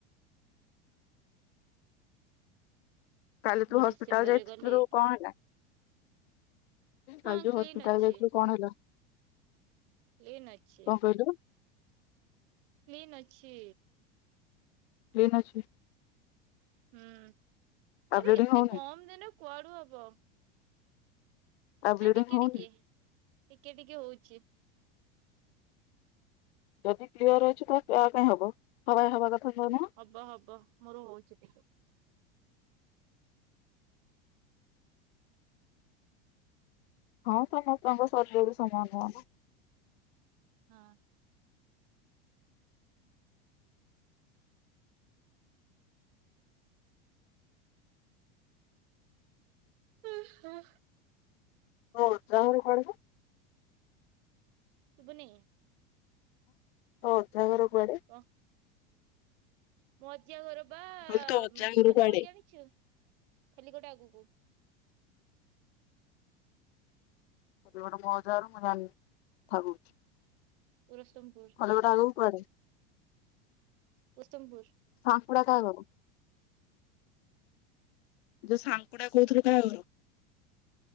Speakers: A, on the left; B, on the right.
A: କାଲି
B: ମୁଁ
A: ତୁ ହସ୍ପିଟାଲ
B: ଡିସେମ୍ବରରେ
A: ଯାଇଥିଲୁ
B: ଗଲେ
A: କଣ ହେଲା।
B: ହଁ
A: କାଲି ଯୋ
B: କ୍ଲିନ
A: ହସ୍ପିଟାଲ
B: ଅଛି।
A: ଯାଇଥିଲୁ କଣ ହେଲା।
B: କ୍କିନ୍‌ ଅଛି।
A: କଣ କହିଲୁ
B: କ୍ଲିନ୍ ଅଛି।
A: କ୍ଲିନ୍ ଅଛି।
B: ହୁଁ
A: ଆଉ
B: ଆରେ
A: ବ୍ଲିଡିଙ୍ଗ
B: ଏତେ
A: ହଉନି
B: କମ୍ ଦିନେ କୁଆଡୁ ହବ।
A: ଆଉ
B: ନା
A: ବ୍ଲିଡିଙ୍ଗ
B: ଟିକେ
A: ହଉନି
B: ଟିକେ ଟିକେ ଟିକେ ହଉଛି।
A: ଯଦି କ୍ଲିୟର ଅଛି ତ କାହା ପାଇଁ ହବ ହବାର ହବା କଥା କହୁନ।
B: ହବ ହବ ମୋର ହଉଛି ଟିକେ।
A: ହଁ ସମସ୍ତଙ୍କ ଶରୀର ବି ସମାନ ନୁହ ନା।
B: ହଁ। ଓ ହଁ।
A: ହଉ ରହୁରୁ କଣ ହ <inaudible>
B: ଶୁଭୁନି?
A: ତ ଅଜା ଘର କୁଆଡେ?
B: କହ ମୋ ଅଜା ଘର ବା
A: ମୁଁ କହିଲି ତୋ ଅଜା ଘର
B: ଖଲିଗଡ଼ି
A: କୁଆଡେ?
B: ଜାଣିଛୁ ଖଲିଗଡ ଆଗକୁ
A: ଖୋଲିଗୋଟ ମୋ ଅଜା ଘର ମୁଁ ଜାଣିନି ଥାଉ।
B: ପୁରସତମପୁରୁ।
A: ତା ଠୁ ଆଗକୁ କୁଆଡେ?
B: ପୁରୁଷତ୍ତମପୁରୁ
A: ସାପୁଡ଼ା କାହା ଘର? ଯୋଉ ସାଙ୍ଗପଡା କହୁଥିଲୁ କାହା ଘର?